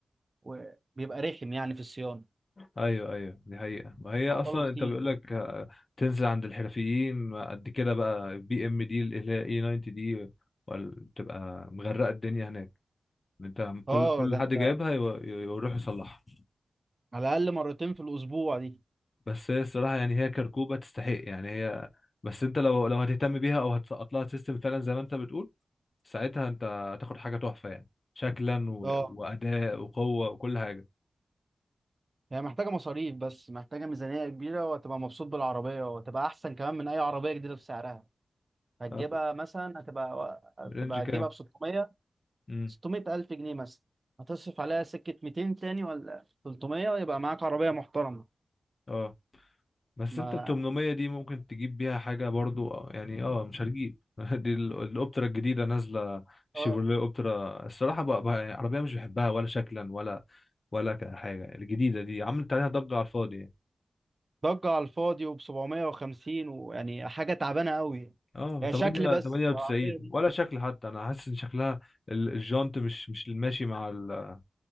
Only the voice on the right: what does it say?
وبيبقى رخم يعني في الصيانه
اعطاله
كتير
اه
ده
انت
على الاقل مرتين في الاسبوع دي
اه
هي محتاجه مصاريف بس محتاجه ميزانيه كبيره وهتبقى مبسوط بالعربيه وهتبقى احسن كمان من اي عربيه جديده بسعرها هتجيبها
مثلا هتبقى هتبقى
هتجيبها ب 600
600 ألف جنيه مثلا هتصرف عليها سكة 200 تاني ولا 300 ويبقى معاك عربية محترمة
ما
اه
ضجة على الفاضي وب 750 ويعني حاجة تعبانة قوي
هي
شكل بس
والعربية دي